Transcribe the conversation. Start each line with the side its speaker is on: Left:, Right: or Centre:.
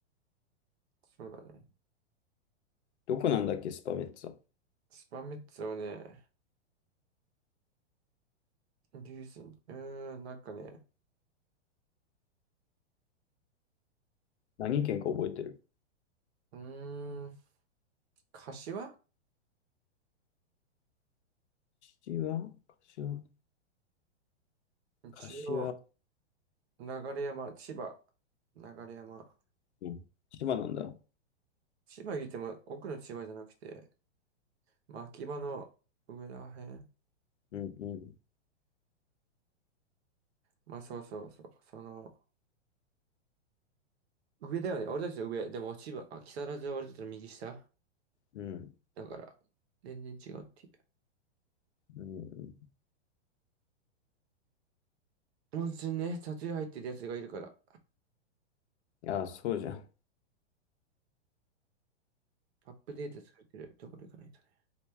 Right: そうだね。
Left: どこなんだっけ、スパメッツは。
Right: スパメッツァをね、リュースに、うーん、なんかね、
Left: 何県か覚えてる
Right: うーん、柏
Left: 柏柏
Right: 一応、
Left: 柏。
Right: 流山、千葉、流山。
Left: うん。千葉なんだ。
Right: 千葉言っても奥の千葉じゃなくて、まあ、秋葉の上らへん。
Left: うんうん。
Right: まあ、そうそうそう。その、上だよね。俺たちの上。でも千葉、あ、木更津は俺たちの右下。
Left: うん。
Right: だから、全然違うっていう。
Left: うん。
Right: 温泉ね、タトゥー入ってるやつがいるから、
Left: ああ、そうじゃん。
Right: アップデートされてるところ行かないとね。